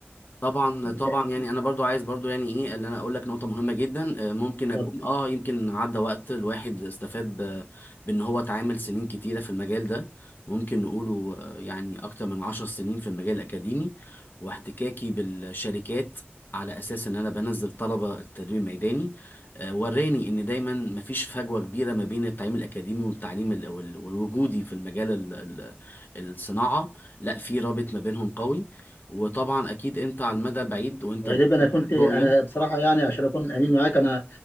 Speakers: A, on the left; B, on the left.
A: طبعا طبعا
B: لا،
A: يعني انا برضو عايز برضو يعني ايه اللي انا اقول لك نقطه مهمه جدا آه، ممكن اكون
B: اتفضل
A: اه يمكن عدى وقت الواحد استفاد ب- بان هو اتعامل سنين كتيره في المجال ده ممكن نقوله آه، يعني اكتر من عشر سنين في المجال الاكاديمي واحتكاكي بالشركات على اساس ان انا بنزل طلبه التدريب الميداني آه، وراني ان دايما مفيش فجوه كبيره ما بين التعليم الاكاديمي والتعليم ال- وال- والوجودي في المجال ال- ال- الصناعه لا في رابط ما بينهم قوي وطبعا اكيد انت على المدى البعيد وانت
B: غالبا
A: بتحط
B: أنا كنت أنا
A: رؤيه
B: بصراحة يعني عشان أكون أمين معاك أنا